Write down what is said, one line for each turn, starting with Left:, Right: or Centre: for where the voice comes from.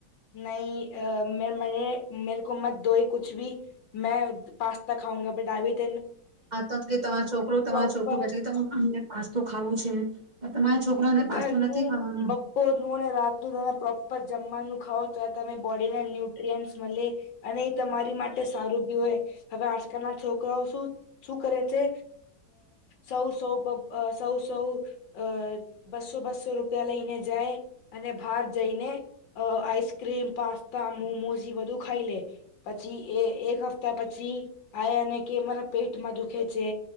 Left: નહી મે મેરે મેરેકો મત દો કુછ ભી મેં પાસ્તા ખાઉંગા બટ આ
Right: હા તો તમારો છોકરો તમા
Left: પ્રોપર
Right: છોકરો બચ અમને પાસ્તો ખાવું છે. તમારા છોકરાને પાસ્તો
Left: ઘરનું
Right: નથી ખાવાનો
Left: બપોરનું અને રાતનું તમે પ્રોપર જમવાનું ખાવ તો તમે બોડી ના ન્યુટ્રીયન્ટ મલે અને એ તમારી માટે સારું બી હોય હવે આજકાલના છોકરાઓ શું શું કરે છે સૌ સૌ સૌ સૌ અ બસો બસો રૂપિયા લઈને જાય અને બહાર જઈને આઈસક્રીમ, પાસ્તા, મોમોઝ એ બધું ખાઈ લે પછી એ એક હપ્તા પછી આવા ને કે મારા પેટમાં દુખે છે.